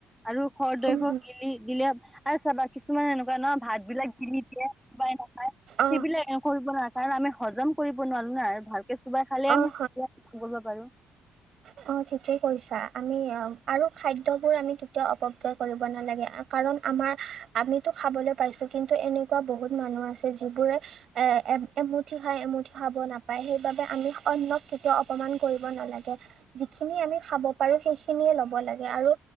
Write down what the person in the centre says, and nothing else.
আৰু খৰদৈ
গিলি গিলে আ চাবা কি কিছুমান এনেকুৱা ন ভাত বিলাক গিলি দিয়ে কিবাই নাপায়
সেইবিলাক কৰিব কাৰণ আমি হজম কৰিব নোৱাৰো না ভালকে চোবাই খালে
আমি কৰিব পাৰো।